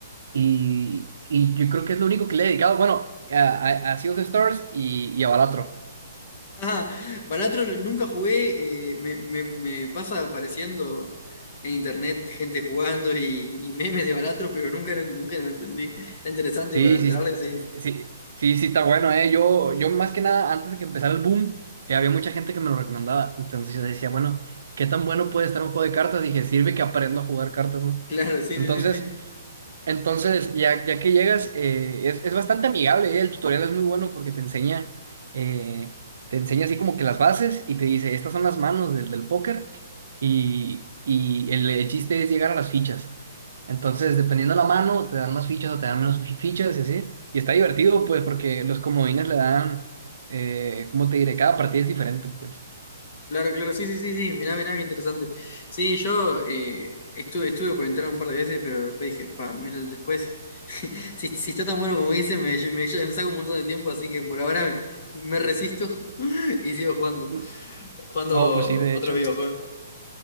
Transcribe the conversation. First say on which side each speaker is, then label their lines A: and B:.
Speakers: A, on the right; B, on the left.
A: y, y yo creo que es lo único que le he dedicado. Bueno, a, a, a Sea of the Stars y, y a Balatro.
B: Ah, Balatro nunca jugué, eh, me, me- me pasa apareciendo en internet gente jugando y, y memes de Balatro, pero nunca, nunca lo entendí. Está interesante
A: Sí,
B: para entrarle,
A: sí, sí,
B: sí.
A: sí, sí, sí está bueno, ¿eh? Yo, yo más que nada, antes de que empezara el boom, eh, había mucha gente que me lo recomendaba. Entonces yo decía, bueno, ¿qué tan bueno puede estar un juego de cartas? Dije, sirve que aprendo a jugar cartas, ¿no?
B: Claro, sí,
A: Entonces,
B: sí, sí, sí.
A: entonces, ya, ya que llegas, eh, es, es bastante amigable, eh, El tutorial es muy bueno porque te enseña, eh, te enseña así como que las bases y te dice, estas son las manos del, del póker y, y el, el chiste es llegar a las fichas. Entonces, dependiendo de la mano, te dan más fichas o te dan menos fi- fichas y así. Y está divertido, pues, porque los comodines le dan, eh, ¿cómo te diré? Cada partida es diferente, pues.
B: Claro, claro, sí, sí, sí, sí. Mirá, mirá, qué interesante. Sí, yo eh, estuve, estuve por entrar un par de veces, pero después dije, pa, mira, después, <laughs> si, si está tan bueno como dice, me, me, me saca un montón de tiempo, así que por ahora me, me resisto <laughs> y sigo jugando,
A: Mm,
B: jugando
A: No, pues sí, de
B: otros
A: hecho,
B: videojuegos.